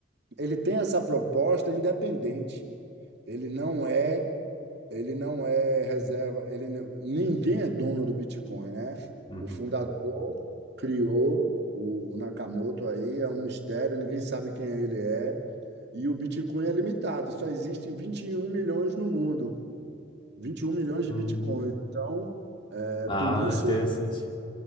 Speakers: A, on the right (about 60°); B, on the left (about 25°).
A: ele tem essa proposta independente. Ele não é, ele não é reserva, ele não- ninguém é dono do Bitcoin, né?
B: Uhum.
A: O fundador criou o Nakamoto aí, é um mistério, ninguém sabe quem ele é. E o Bitcoin é limitado, só existem 21 milhões no mundo, 21 milhões de
B: Hum.
A: Bitcoins. Então, é,
B: Ah,
A: por isso
B: interessante.